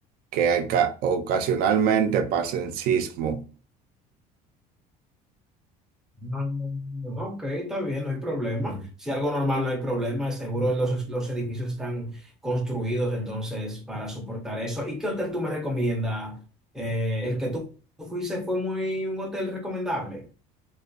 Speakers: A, on the right; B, in the centre.
A: que aca- ocasionalmente pasen sismo.
B: Mm, Ok, está bien, no hay problema. Si algo normal no hay problema, seguro los, los edificios están construidos entonces para soportar eso. ¿Y qué hotel tú me recomiendas? Eh, el que tú fuiste fue muy un hotel recomendable.